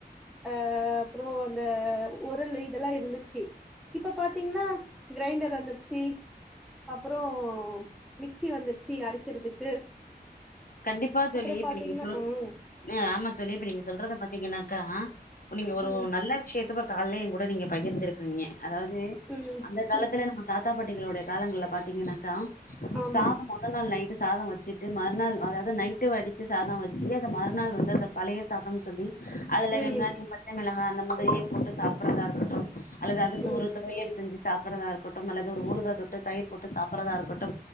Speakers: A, in the centre; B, on the left.
A: அ அப்றோ அந்த உருளு இதெல்லா இருந்துச்சி இப்ப பாத்தீங்னா கிரைண்டர் வந்துருச்சி அப்றோ மிக்ஸி வந்துருச்சி அரைக்கிறதுக்கு
B: கண்டிப்பா தோழி
A: அப்றோ
B: இப்ப
A: பாத்தீங்கன்னா
B: நீங்க சொ
A: ம்
B: அ ஆமா தோழி இப்ப நீங்க சொல்றத பாத்தீங்கனாக்கா இப்ப நீங்க ஒரு
A: ம்
B: நல்ல விஷயத்த கால்லயே எ கூட நீங்க பகிர்ந்துருக்கீங்க அதாவ்து
A: ம்
B: அந்த காலத்துல
A: ம்
B: நம்ம தாத்தா பாட்டிகளோட காலங்கள்ல பாத்தீங்கன்னாக்கா
A: ஆமா
B: சாதம் மொத் மொதநாள் நைட்டு சாதோ வெச்சுட்டு மறுநாள் அதாவுது நைட்டு வடிச்ச சாதோ வெச்சு அத மறுநாள் வந்து அத பழைய சாதம்னு சொல்லி அதுல
A: ம்
B: வெங்காயு பச்ச மிளகா அந்த மாதிரியே போட்டு சாப்பறதா இருக்கட்டு அல்லது அதுக்கு
A: ம்
B: ஒரு துவயல் செஞ்சு சாப்பறதா இருக்கட்டு அல்லது ஒரு ஊறுக தொட்டு தயிர் போட்டு சாப்பறதா இருக்கட் ட்டு